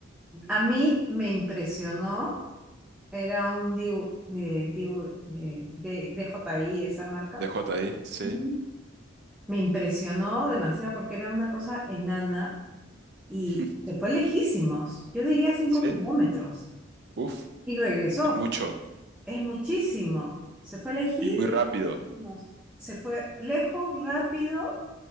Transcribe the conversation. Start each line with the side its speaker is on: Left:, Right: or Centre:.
Centre: A mí me impresionó Era un DIU, eh, DIU, eh, de, DJI, esa marca.
Right: D J. ahí, sí,
Centre: Ujú. Me impresionó demasiado porque era una cosa enana y
Right: <laughs>
Centre: se fue lejísimos. Yo diría cinco
Right: sí.
Centre: kilómetros.
Right: Uf,
Centre: Y regresó.
Right: es mucho
Centre: Es muchísimo. Se fue lejísimos.
Right: y muy rápido.
Centre: Se fue lejos, rápido